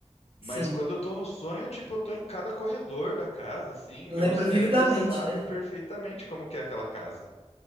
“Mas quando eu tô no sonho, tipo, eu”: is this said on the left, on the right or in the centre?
Left